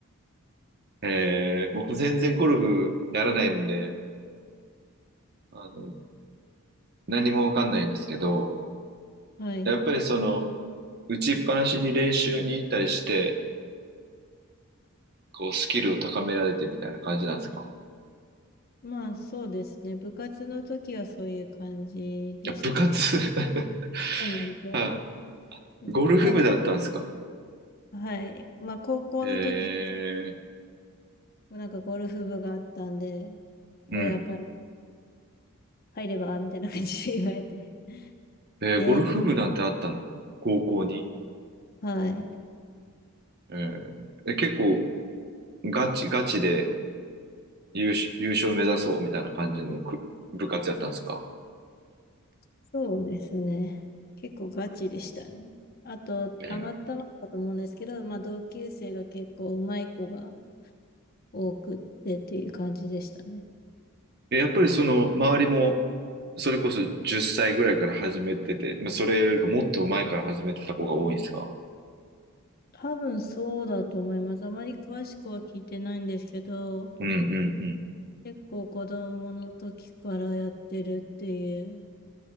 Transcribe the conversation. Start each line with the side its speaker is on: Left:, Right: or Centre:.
Right: えー、僕全然ゴルフやらないんで、あの、何もわかんないんですけど、
Left: はい。
Right: やっぱりその、打ちっぱなしに練習に行ったりして、こう、スキルを高められてみたいな感じなんですか
Left: まあ、そうですね。部活の時はそういう感じでしたね。
Right: いや、部活 <laughs>
Left: そうなんですよ。
Right: は
Left: うんただ、
Right: い。ゴルフ部だったんですか
Left: はい。まあ、高校の時、
Right: えー、
Left: なんかゴルフ部があったんで、
Right: うん。
Left: 親から入ればみたいな感じで言われて、
Right: えー、
Left: ええ
Right: ゴルフ部なんてあったんだ。高校に。
Left: はい。
Right: えー、え、結構、ガチ、ガチで優勝、優勝目指そうみたいな感じのく部活やったんですか
Left: そうですね。結構ガチでしたね。あと、たまたまだと思うんですけど、
Right: えー、
Left: まあ、同級生が結構うまい子が多くってっていう感じでしたね。
Right: えやっぱりその、周りも、それこそ10歳ぐらいから始めてて、まあ、それよりかもっと前から始めてた子が多いんですか
Left: 多分そうだと思います。あまり詳しくは聞いてないんですけど、
Right: うんうんうん。
Left: 結構子供の時からやってるっていう